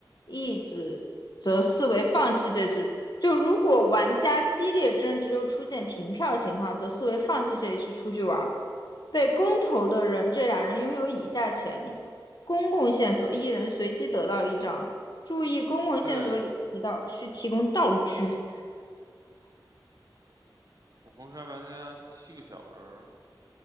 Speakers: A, on the left (about 55°); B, on the right (about 50°).
A: 一直则视为放弃这局。就如果玩家激烈争执又出现平票情况，则视为放弃这一次出去玩。被公投的人，这两人拥有以下权利：公共线索，一人随机得到一张。注意，公共线索里提到需提供道具。
B: 对，《悟空杀玩家》七个小人儿，